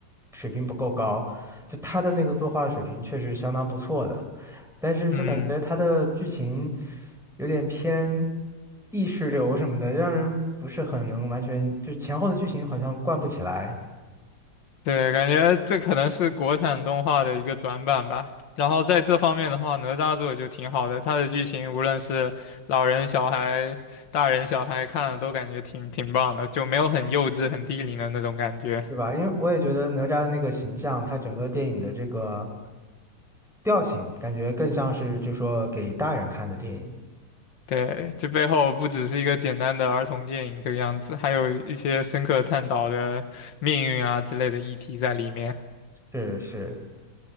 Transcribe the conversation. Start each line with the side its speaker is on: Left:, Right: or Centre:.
Centre: 水平不够高，就他的那个作画水平确实相当不错的，但是就感觉他的剧情。
Left: 嗯，
Centre: 有点偏意识流什么的，让人不是很能完全就前后的剧情好像贯不起来，
Left: 对，感觉这可能是国产动画的一个短板吧。然后在这方面的话，哪吒做得就挺好的，它的剧情无论是老人、小孩、大人、小孩看了都感觉挺挺棒的，就没有很幼稚、很低龄的那种感觉。
Centre: 对吧？因为我也觉得哪吒的那个形象，他整个电影的这个调性，感觉更像是就说给大人看的电影。
Left: 对，这背后不只是一个简单的儿童电影这个样子，还有一些深刻探讨的命运啊之类的议题在里面。
Centre: 是是